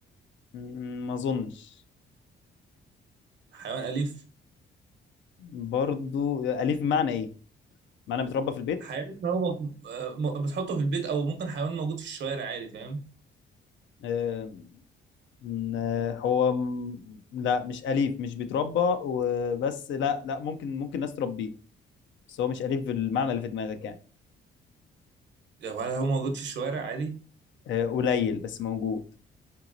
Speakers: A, on the left; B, on the right.
A: م- ما اظنش
B: حيوان اليف
A: برضو اليف بمعنى ايه معنى بتربى في البيت
B: حيوان هو موجود- آه، م- بتحطه في البيت او ممكن حيوان موجود في الشوارع عادي فاهم
A: آه، م- هو م- لا مش أليف مش بيتربى وبس لا لا ممكن ممكن ناس تربيه بس هو مش أليف بالمعنى اللي في دماغك يعني
B: لو هل هو موجود في الشوارع عادي
A: آه، قليل بس موجود